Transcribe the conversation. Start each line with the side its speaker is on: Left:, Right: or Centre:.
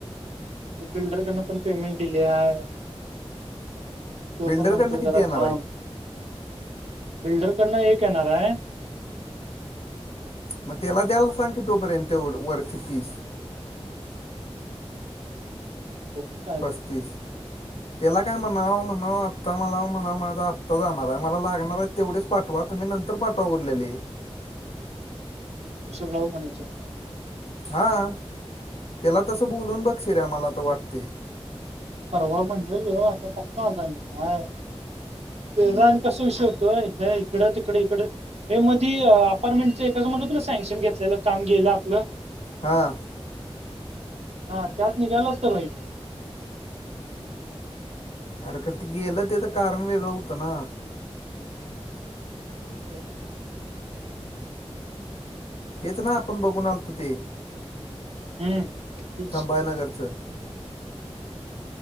Right: बिल्डरकडून पणं पेमेंट दिली आहे तो
Left: बिल्डरकडनं
Right: पणं म्हणतो
Left: किती
Right: जरां
Left: येणार
Right: थांब
Left: आहेत
Right: बिल्डरकडनं एक येणारं आहे
Left: मंग त्यांला द्यायला सांग की तोपर्यंत तेवढं वरचे पीस
Right: तो बघू काय
Left: पस्तीस
Right: देतो
Left: त्यांला कायं म्हणां म्हणां आंत्ता मलां म्हणां माझां आंत्ता हप्ता जाणारं आहे मलां लागणारं आहे तेवढेच पाठवा तुम्हीं नंतर नंतर पाठवा उरलेली
Right: हिशोब लांव म्हणायचं
Left: हां त्यांला तसं बोलूंन बघं शिऱ्या मलां तरं वाटते
Right: परवा म्हणलेलो आता बघतो आज आणि. काय? तेज आणि कस विषय होतो हे इकड तिकड इकड हे मधी अपार्टमेंटचं एकाचं म्हटलं तु सँक्शन घेतलेलं काम गेलं आपलं.
Left: हां.
Right: हा त्यात निघाल असत भाई.
Left: अरे खर ते गेलं तेज कारण वेगळं होतं ना?
Right: <unintelligible>
Left: तेच ना आपण बघून आलतो ते
Right: हम्म तेच
Left: संभाजी नगरचं --